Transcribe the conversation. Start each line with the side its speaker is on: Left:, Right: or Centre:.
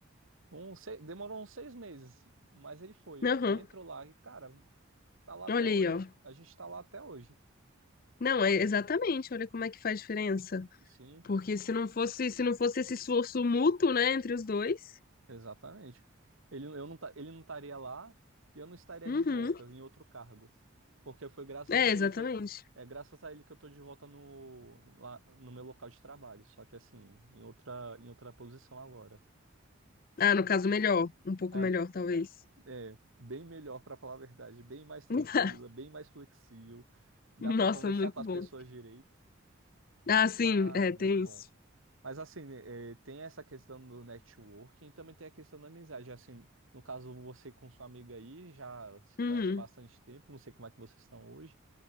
Right: um, se- demorou uns seis meses, mas ele foi.
Left: Aham.
Right: Ele entrou lá e, cara, tá lá até
Left: Olha
Right: hoje.
Left: aí, ó.
Right: A gente tá lá até hoje.
Left: Não,
Right: Ah,
Left: é exatamente. Olha como é que faz diferença.
Right: sim.
Left: Porque se não fosse, se não fosse esse esforço mútuo, né, entre os dois.
Right: Exatamente. Ele, eu não, ta- ele não estaria lá e eu não estaria
Left: Uhum.
Right: de volta em outro cargo. Porque foi graças
Left: É,
Right: a
Left: exatamente.
Right: ele que eu, é graças a ele que eu tô de volta no, lá, no meu local de trabalho. Só que assim, em outra, em outra posição agora.
Left: Ah, no caso, melhor. Um pouco
Right: É,
Left: melhor, talvez.
Right: é bem melhor, para falar a verdade, bem mais tranquila,
Left: <laughs>
Right: bem mais flexível. Dá
Left: Nossa,
Right: para conversar
Left: muito
Right: com as
Left: bom.
Right: pessoas direito.
Left: Ah, sim,
Right: Ah,
Left: é,
Right: é muito
Left: tem
Right: bom.
Left: isso.
Right: Mas assim, né, eh, tem essa questão do networking e também tem a questão da amizade. Assim, no caso, você com sua amiga aí já se conhece
Left: Uhum.
Right: há bastante tempo, não sei como é que vocês estão hoje.